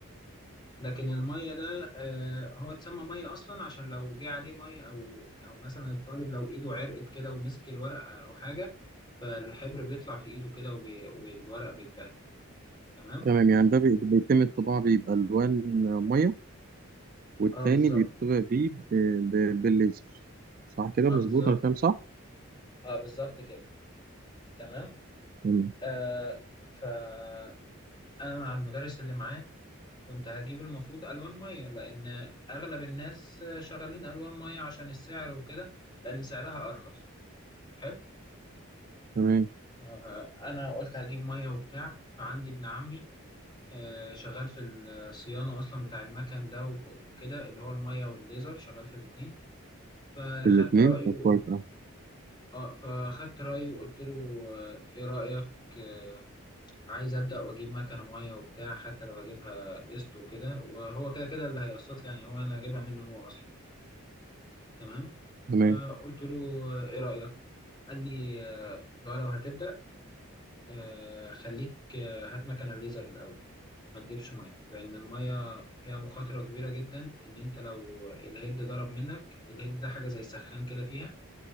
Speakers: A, on the left; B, on the right.
A: لكن المية ده آه، هو اتسمى مية أصلا عشان لو جه عليه مية أو أو مثلا الطالب لو إيده عرقت كده ومسك الورق أو حاجة فالحبر بيطلع في إيده كده وبي- والورق بيتبهدل تمام؟
B: تمام يعني ده بي- بيتم الطباعة بيبقى ألوان مية والتاني
A: اه بالظبط
B: بيطبع بيه ب- ب- بالليزر صح كده
A: اه
B: مظبوط
A: بالظبط
B: أنا فاهم صح؟
A: اه بالظبط كده تمام
B: تمام
A: آه فأنا مع المدرس اللي معاه كنت هجيب المفروض الوان ميه لان اغلب الناس شغالين الوان ميه عشان السعر وكده لان سعرها ارخص حلو
B: تمام
A: آه، انا قلت هجيب ميه وبتاع فعندي ابن عمي آه، شغال في الصيانه اصلا بتاع المكن ده وب- وكده اللي هو الميه والليزر شغال في الاتنين فخدت
B: الاتنين
A: رايه
B: طب
A: وقلت
B: كويس أوي
A: اه فخدت رايه وقلت له آه، ايه رايك آه، عايز ابدا واجيب مكنه ميه وبتاع حتى لو هجيبها قسط وكده وهو كده كده اللي هيقسط لي يعني هو انا هجيبها منه هو اصلا تمام
B: تمام
A: فقلت له آه، ايه رأيك قال لي آه، لو لو هتبدأ آه، خليك آه، هات مكنة ليزر الأول ما تجيبش مية لأن المية فيها مخاطرة كبيرة جدا إن أنت لو الهيد ضرب منك الهيد ده حاجة زي السخان كده فيها